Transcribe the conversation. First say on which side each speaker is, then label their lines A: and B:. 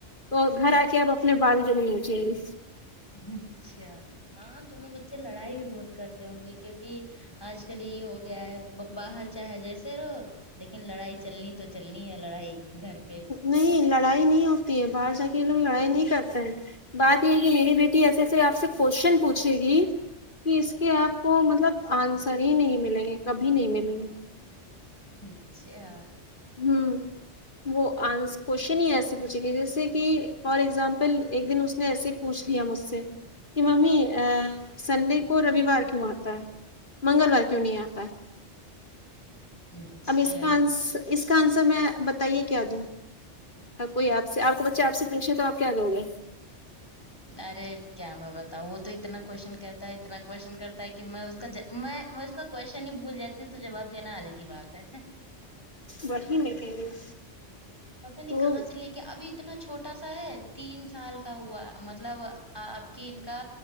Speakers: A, on the left (about 45°); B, on the left (about 20°).
A: تو گھر آ کے اپ اپنے بال ضرور نوچے گے
B: اچھا ہاں تم لوگ کے بچے لڑائی بھی بہت کرتے ہوں گے کیونکہ آج کل یہی ہو گیا ہے باہر چاہے جیسے رہو لیکن لڑائی چلنی تو چلنی ہے لڑائی گھر پہ
A: نہیں لڑائی نہیں ہوتی ہے باہر جا کے یہ لوگ لڑائی نہیں کرتے ہیں بات یہ ہے کہ میری بیٹی ایسے ایسے آپ سے کوشچن پوچھے گی کہ اس کے آپ کو مطلب آنسر ہی نہیں ملیں گے کبھی نہیں ملیں گے
B: اچھا
A: ہوں وہ آنس کوشچن ہی ایسے پوچھے گی جیسے کہ فار ایگزامپل ایک دن اس نے ایسے پوچھ لیا مجھ سے کہ ممی ا سنڈے کو رویوار کیوں آتا ہے منگلوار کیوں نہیں آ تا ہے
B: اچھا
A: اب اس کا آنس اس کا آنسر میں بتائیے کیا دوں ہر کوئی آپ سے آپ کا بچہ آپ سے پوچھے تو آپ کیا دو گے
B: ارے کیا میں بتاؤں وہ تو اتنا کوشچن کہتا ہے اتنا کوشچن کرتا ہے کہ میں اس کا میں اس کا کوشچن ہی بھول جاتی ہوں تو جواب دینا الگ ہی بات ہے
A: وہی میں کہہ رہی ہوں
B: پتا نہیں
A: تو
B: کہاں سے لے کے ابھی اتنا چھوٹا سا ہے تین سال کا ہوا مطلب آپ کی ان کا